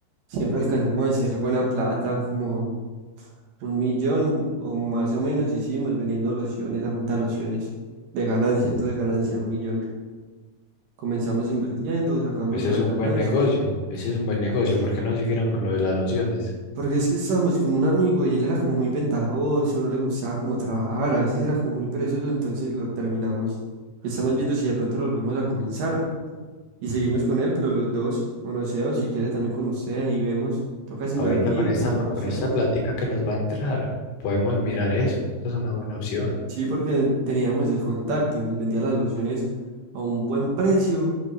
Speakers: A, on the right; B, on the left.
A: Siempre alcancemos a hacer buena plata, como Un millón o más o menos hicimos vendiendo lociones, a punta de lociones de ganancia, todo de ganancia, un millón. Comenzamos invirtiendo, sacamos
B: Ese
A: las
B: es un
A: ganancias.
B: buen negocio. Ese es un buen negocio. ¿Por qué no siguieron con lo de las lociones?
A: Porque es que estábamos con un amigo y él era como muy ventajoso, no le gustaba como trabajar, a veces era como muy perezoso, entonces lo terminamos. Estamos viendo si de pronto lo volvemos a comenzar y seguimos con él, pero los dos, o no sé, o si quiere también con usted, ahí vemos. Tocas invertir,
B: Ahorita con esta,
A: comprar
B: con
A: lociones.
B: esta plática que nos va a entrar, podemos mirar eso. Esa es una buena opción.
A: Sí, porque teníamos el contacto y nos vendía las lociones a un buen precio